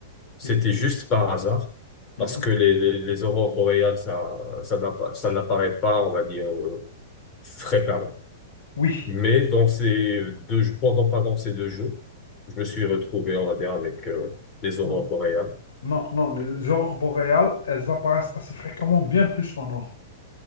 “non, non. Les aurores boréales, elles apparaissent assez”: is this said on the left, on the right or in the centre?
Left